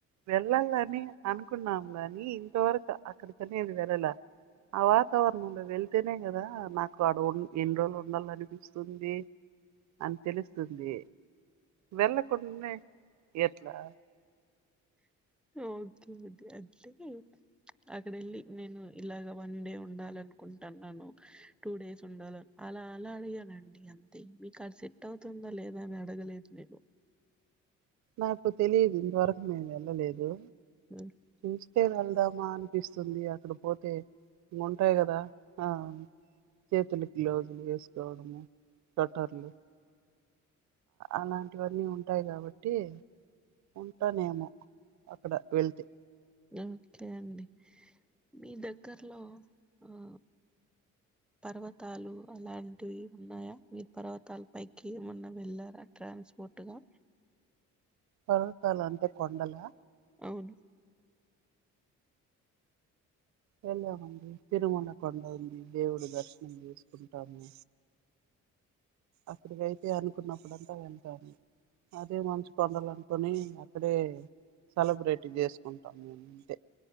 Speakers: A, on the right; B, in the centre.
A: వెళ్ళాలని అనుకున్నామ్ గాని ఇంతవరకు అక్కడ్కనేది వెళ్ళాల ఆ వాతవరణంలో వెళ్తేనే గదా నాకు వాడున్ ఎండ్రోజులు ఉండాలనిపిస్తుంది అని తెలుస్తుంది వెళ్ళకుండ్నే ఎట్లా
B: ఓకే అండి అంటే అకడెళ్ళి నేను ఇలాగ వన్ డే ఉండాలనుకుంటున్నాను టూ డేస్ ఉండాల అ అలా అలా అడిగానండి అంతే మీకాడ్ సెట్ట వుతుందా లేదా అని అడగలేదు నేను
A: నాకు తెలిదు ఇంతవరకు నేన్ వెళ్ళలేదు
B: ఉ
A: చూస్తే వెళ్దామా అనిపిస్తుంది అక్కడ పోతే ముంటాయ్ గదా ఆ చేతులుకి గ్లౌజులు ఏస్ <inaudible> సెటర్లు అలాంటివన్నీ ఉంటాయ్ కాబ ట్టి ఉంటానేమో అక్కడ వెళ్తే
B: ఓకే అండి మీ దగ్గర్లో ఆ పర్వతాలు అలాంటివి ఉన్నాయా మీరు పర్వతాల పైకి ఏమన్నా వెళ్లార ట్రాన్స్పోర్టు గా
A: పర్వతాలంటే కొండలా
B: అవును
A: వెళ్యామన్ ఇంగ్ తిరుమల కొండ ఉంది దేవుడు దర్శనం జేసుకుంటాము అక్కడికైతే అనుకున్నప్పుడంతా వెళ్తాను అదే మంచు కొండలనుకొని అక్కడే సలబ్రేట్ జేసుకుంటాము మేము తే